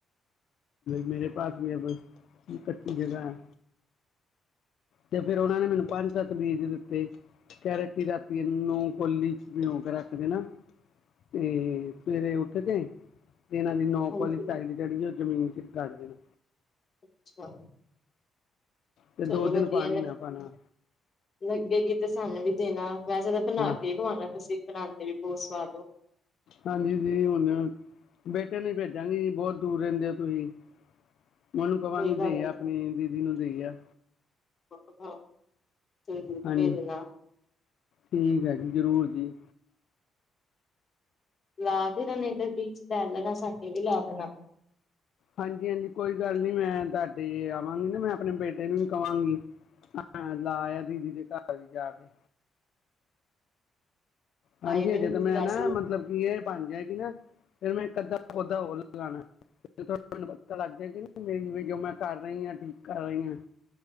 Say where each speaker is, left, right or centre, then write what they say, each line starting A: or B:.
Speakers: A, on the left; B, on the left.
A: ਮੇਰੇ ਪਾਸ ਵੀ ਹੈ ਕੱੱਚੀ ਜਗ੍ਹਾ ਐ ਤੇ ਫੇਰ ਉਹਨਾਂ ਨੇ ਮੈਨੂੰ ਪੰਜ-ਸੱਤ ਬੀਜ ਦਿੱਤੇ ਫੇਰ ਅਸੀ ਰਾਤੀ ਇਹਨਾਂ ਨੂੰ ਕੋਲੀ 'ਚ ਭਿਉਂ ਕੇ ਰੱਖ ਦੇਨਾ ਤੇ ਸਵੇਰੇ ਉੱਠ ਕੇ ਤੇ ਇਹਨਾਂ ਦੀ ਨੌਕ
B: ਹਾਂਜੀ
A: ਵਾਲੀ ਸਾਈਡ ਜਿਹੜੀ ਉਹ ਜ਼ਮੀਨ 'ਚ ਗੱਢ ਦੇਣੀ।
B: ਅੱਛਾ,
A: ਤੇ ਦੋ
B: ਚਲੋ
A: ਦਿਨ
B: ਵਧੀਆ
A: ਪਾਣੀ
B: ਲਗੀ
A: ਨਾ ਪਾਣਾ
B: ਲੱਗੇਗੀ ਤੇ ਸਾਨੂੰ ਵੀ ਦੇਣਾ, ਵੈਸੇ ਤਾਂ ਬਣਾ
A: ਹਾਂ
B: ਕੇ ਈ ਖਵਾਣਾ, ਤੁਸੀਂ ਬਣਾਂਦੇ ਵੀ ਬਹੁਤ ਸਵਾਦ ਓ।
A: ਹਾਂਜੀ, ਦੀਦੀ ਹੁਣ ਬੇਟੇ ਨੂੰ ਈ ਭੇਜਾਂਗੀ, ਬਹੁਤ ਦੂਰ ਰਹਿੰਦੇ ਓ ਤੁਹੀ। ਮੈ ਉਹਨੂੰ ਕਵਾਂਗੀ
B: ਕੋਈ ਗੱਲ
A: ਦੇ
B: ਨੀ
A: ਆ, ਆਪਣੀ ਦੀਦੀ ਨੂੰ ਦੇ ਆ।
B: ਹਾਂ, ਕੋਈ ਨਹੀ
A: ਹਾਂਜੀ
B: ਦੇ ਦੇਨਾ।
A: ਠੀਕ ਹੈ ਜੀ, ਜ਼ਰੂਰ ਜੀ।
B: ਲਾ ਦੇਣਾ ਨੇ ਤੇ ਬੀਜ ਲੈ ਲੈਣਾ ਸਾਡੇ ਵੀ ਲਾ ਦੇਣਾ।
A: ਹਾਂਜੀ- ਹਾਂਜੀ ਕੋਈ ਗੱਲ ਨੀ ਮੈਂ ਤੁਹਾਡੇ ਆਵਾਂਗੀ ਨਾ, ਮੈਂ ਆਪਣੇ ਬੇਟੇ ਨੂੰ ਵੀ ਕਵਾਂਗੀ। ਹਾਂ, ਲਾਆ ਦੀਦੀ ਦੇ ਘਰ ਵੀ ਜਾ ਕੇ। ਹਾਂਜੀ-
B: ਆਏ ਵੀ
A: ਹਾਂਜੀ,
B: ਨੀ
A: ਤੇ
B: ਤੁਸੀਂ
A: ਮੈਂ
B: ਵੈਸੇ
A: ਨਾ, ਮਤਲਬ ਕੀ ਇਹ ਬਣ ਜਾ ਹੈਗੀ ਨਾ। ਫਿਰ ਮੈਂ ਇਕ- ਅੱਧਾ ਪੌਧਾ ਹੋਰ ਲਾ ਲਾਣਾ। ਮੈਨੂੰ ਪਤਾ ਲੱਗਦਾ ਮੇਰੀ ਵੀਡਿੳ ਜੋ ਮੈਂ ਕਰ ਰਹੀ ਆਂ, ਠੀਕ ਕਰ ਰਹੀ ਹਾਂ।